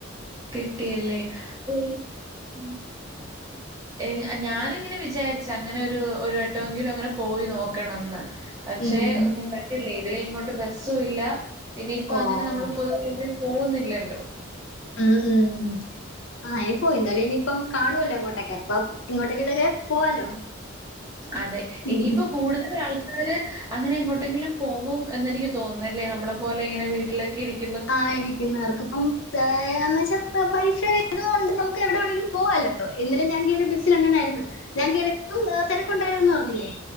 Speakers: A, on the right; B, on the left.
A: കിട്ടിയല്ലേ <unintelligible> ഞാനിങ്ങനെ വിചാരിച്ച് അങ്ങനെ ഒരു ഒരു വട്ടവെങ്കിലും അങ്ങനെ പോയി നോക്കണംന്ന് പക്ഷെ
B: ഉം.
A: ഇങ്ങനെ പറ്റില്ലേ അതിലെ ഇങ്ങോട്ട് ബസ് ഇല്ല പിന്നെ ഇപ്പ
B: ഓ
A: അങ്ങനെ നമ്മള് പൊതുവേ പോവുന്നില്ലല്ലോ
B: ഉം ഉം ഉം <unintelligible> പോയിന്താലും ഇനിയിപ്പം കാണുമല്ലോ അങ്ങോട്ടക്കെ പ്പ ഇങ്ങോട്ടേങ്കിലൊക്കെ പോവാലോ
A: അതെ
B: ഉം.
A: ഇനിയിപ്പോ കൂടുതല ആൾ ആൾക്കാർ അങ്ങനെ എങ്ങോട്ടെങ്കിലും പോകും എന്ന് എനിക്ക് തോന്നുന്നു അല്ലേ നമ്മളെ പോലെ ഇങ്ങനെ വീട്ടിലൊക്കെ ഇരിക്കും
B: ആ ഇരിക്കുന്നു അവർക്ക ഇപ്പംന്ന് വെച്ച പൈസ വേണ്ടാത്തത് കൊണ്ട് നമുക്ക് എവിടെണെങ്കിലും പോകാലോ ഇന്നലെ ഞാൻ കയറിയ ബസ്സിൽ അങ്ങനെ ആയിരുന്നു ഞാൻ കയറി എപ്പോ തിരക്കുണ്ടായിരുന്നന്ന് പറഞ്ഞില്ലേ